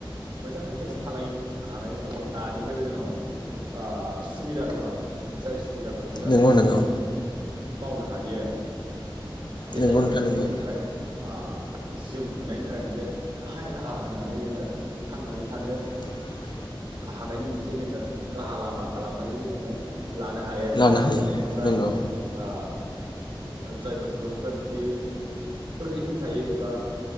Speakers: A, on the right; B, on the left.
A: मोजाङै जोङो फालांगि हानाय जोंनाव बे नानिफ्रायबो जोंनाव ओ सुबिदा दं आरो जाय सुबिदाखौ जोङो
B: नंगौ नंगौ
A: मावनो हायो आरो बे
B: नोंगौ
A: जाहैबाय
B: नोंथां
A: मोनसे
B: नोंगौ
A: जोंनि थाखाय ओ जिउ खुंनायनि थाखाय मोनसे गाहाय राहा होननानै जोङो थांनानै थानो
B: <unintelligible>
A: हानायनि मोनसे जोङो राहा लामा खालामनानैबो जोङो लानो हायो आरो
B: लानो
A: जायफोर
B: हायो
A: सुबुंफोरा
B: नोंगौ
A: ओ जायफोर सुबुंफोरा जुदि ओरैनो थायो एबा